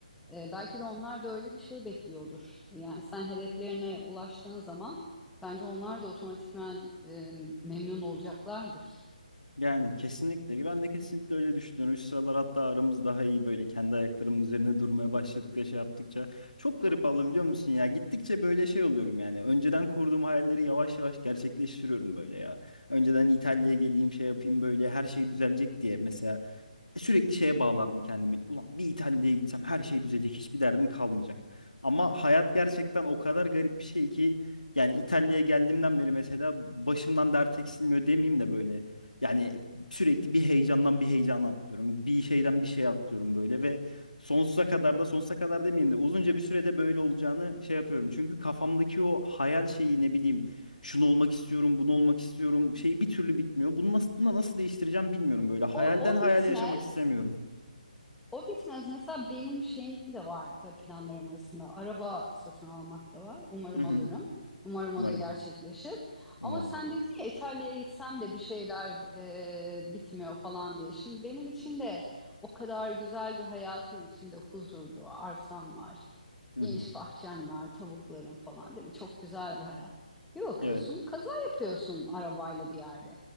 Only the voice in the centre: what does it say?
E, belki de onlar da öyle bir şey bekliyordur. Yani sen hedeflerine ulaştığın zaman bence onlar da otomatikman e, memnun olacaklardır.
Çok
güzel.
O, o
bitmez.
O bitmez. Mesela benim şeyim de var ve planlarım arasında. Araba satın almak da var. Umarım
alırım. Umarım o
da gerçekleşir.
Ama sen dedin ya İtalya'ya gitsem de bir şeyler e, bitmiyor falan diye. Şimdi benim için de o kadar güzel bir hayatın içinde huzurlu, arsan var.
Geniş
bahçen var, tavukların falan değil mi? Çok güzel bir hayat. Bir bakıyorsun
kaza yapıyorsun arabayla bir yerde.